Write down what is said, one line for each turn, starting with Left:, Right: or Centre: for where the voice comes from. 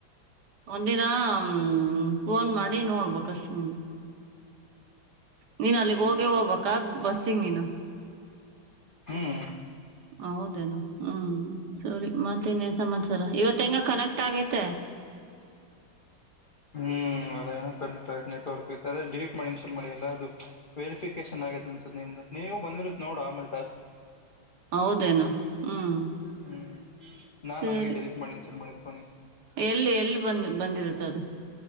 Right: ಒಂದಿನ ಹ್ಮ ಫೋನ್ ಮಾಡಿ ನೋಡಬೇಕು ಅಷ್ಟೇ ನೀನ್ ಅಲ್ಲಿಗ್
Left: ಹ್ಮ್
Right: ಹೋಗಿ ಹೋಗ್ಬ ಬಸ್ಸಿಗೆ ನೀನು
Left: ಹ್ಮ್
Right: ಹೌದೇನು ಹ್ಮ್ ಸರಿ ಮತ್ತ ಇನ್ನೇ ಸಮಾಚಾರ ಇವತ್ತ ಹೆಂಗ ಕನಕ್ಟರ್ ತ್ತಾಗತೆ
Left: ಹ್ಮ್ ಅದ ನೆಟ್ವರ್ಕ್ ಅದೇ ಡಿಲೀಟ್ ಮಾಡಿ ಡಿಲೀಟ್ ಮಾಡಿ ಸೇವ್ ಮಾಡಿಲ್ಲ ವೆರಿಫಿಕೇಶನ್ ಆಗೆ ಅನ್ಸರ್ ನಿ ನೀವು ಬಂದಿರುತ್ತ ನೋಡ ಆಮೇಲೆ ಟಾಸ್ಕ್
Right: ಹೌದೇನು ಹ್ಮ್
Left: ಹ್ಮ್ ನಾನ್
Right: ಸರಿ
Left: ನಂಗೆ ಡಿಲೀಟ್ ಮಾಡಕ್ಕ ಶುರು ಮಾಡಿನಿ
Right: ಎಲ್ಲಿ ಎಲ್ಲಿ ಬಂದ್ ಬಂದಿರುತ್ತ ಅದು